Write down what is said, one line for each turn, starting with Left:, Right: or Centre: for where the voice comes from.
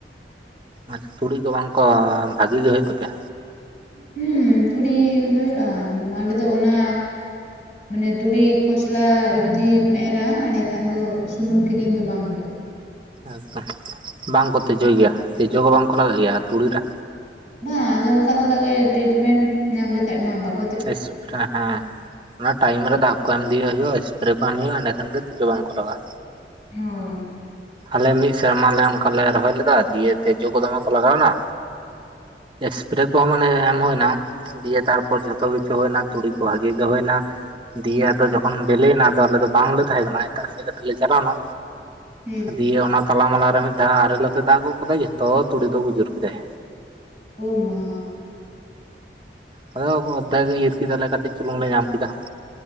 Right: ᱟᱪᱪᱷᱟ ᱛᱩᱲᱤ ᱠᱚ ᱵᱟᱝ ᱠᱚ ᱵᱷᱟᱹᱜᱤ ᱜᱮ ᱦᱩᱭᱩᱜ ᱛᱟᱯᱮᱭᱟ
Left: ᱦᱩᱸ ᱛᱩᱲᱤ ᱦᱩᱭᱩᱜ-ᱟ ᱟᱞᱮ ᱫᱚ ᱚᱱᱟ ᱢᱟᱱᱮ ᱛᱩᱲᱤ ᱠᱷᱚᱥᱞᱟ ᱡᱩᱫᱤᱢ ᱮᱨᱟ ᱮᱱᱰᱮᱠᱷᱟᱱ ᱫᱚ ᱥᱩᱱᱩᱢ ᱠᱤᱨᱤᱧ ᱫᱚ ᱵᱟᱝ ᱦᱩᱭᱩᱜ-ᱟ
Right: ᱮᱠᱫᱚᱢ ᱵᱟᱝᱠᱚ ᱛᱮᱡᱳᱭ ᱜᱮᱭᱟ ᱛᱮᱡᱳ ᱦᱚᱸ ᱵᱟᱝᱠᱚ ᱞᱟᱜᱟᱜ ᱜᱮᱭᱟ ᱛᱩᱲᱤ ᱨᱮ᱾
Left: ᱵᱟᱝ ᱟᱫᱚ ᱚᱱᱠᱟ ᱞᱮᱠᱟᱜᱮ ᱴᱮᱰᱢᱮᱱᱴ ᱧᱟᱢ ᱞᱮᱠᱷᱟᱡ ᱢᱟ ᱵᱟᱠ
Right: ᱮᱥᱯᱨᱮ ᱦᱮᱸ ᱚᱱᱟ ᱴᱟᱭᱤᱢ ᱨᱮ ᱫᱟᱜ ᱠᱚ ᱮᱢ ᱤᱫᱤᱭᱟ ᱦᱩᱭᱩᱜ-ᱟ ᱮᱥᱯᱨᱮ ᱠᱚ ᱮᱢ ᱦᱩᱭᱩᱜ-ᱟ ᱮᱸᱰᱮ ᱠᱷᱟᱱ ᱜᱮ ᱛᱮᱡᱳ ᱵᱟᱝ ᱠᱚ ᱞᱟᱜᱟ-ᱟ
Left: ᱦᱳᱭ
Right: ᱟᱞᱮ ᱢᱤᱫ ᱥᱮᱨᱢᱟ ᱞᱮ ᱚᱱᱠᱟ ᱞᱮ ᱨᱚᱦᱚᱭ ᱞᱮᱫᱟ ᱫᱤᱭᱮ ᱛᱮᱡᱳ ᱠᱚ ᱫᱚᱢᱮ ᱠᱚ ᱞᱟᱜᱟᱣ ᱱᱟ ᱥᱯᱨᱮ ᱠᱚᱦᱚᱸ ᱢᱟᱱᱮ ᱮᱢ ᱦᱳᱭᱱᱟ ᱫᱤᱭᱮ ᱛᱟᱨᱯᱚᱨ ᱡᱷᱚᱛᱚ ᱠᱤᱪᱷᱩ ᱦᱩᱭᱱᱟ ᱛᱩᱲᱤ ᱠᱚ ᱵᱷᱟᱜᱤ ᱜᱮ ᱦᱩᱭᱱᱟ ᱫᱤᱭᱮ ᱟᱫᱚ ᱡᱚᱠᱷᱚᱱ ᱵᱮᱞᱮᱱᱟ ᱟᱞᱮ ᱫᱚ ᱵᱟᱝᱞᱮ ᱛᱟᱦᱮᱸ ᱠᱟᱱᱟ ᱮᱴᱟᱜ ᱥᱮᱫ ᱠᱟᱹᱴᱤᱡ ᱞᱮ ᱪᱟᱞᱟᱣᱱᱟ
Left: ᱦᱩᱸ
Right: ᱫᱤᱭᱮ ᱚᱱᱟ ᱛᱟᱞᱟ ᱢᱟᱞᱟ ᱨᱮ ᱢᱤᱫ ᱫᱷᱟᱣ ᱟᱨᱮᱞ ᱟᱛᱮ ᱫᱟᱜ ᱜᱚᱜ ᱠᱟᱫᱟᱭ ᱡᱷᱚᱛᱚ ᱛᱩᱲᱤ ᱫᱚ ᱵᱩᱡᱩᱨ ᱠᱮᱫᱟᱭ᱾
Left: ᱳ ᱢᱟ
Right: ᱟᱫᱚ ᱚᱨᱫᱷᱮᱠ ᱜᱮ ᱤᱨ ᱠᱮᱫᱟᱞᱮ ᱠᱟᱹᱴᱤᱡ ᱪᱩᱞᱩᱝ ᱞᱮ ᱧᱟᱢ ᱠᱮᱫᱟ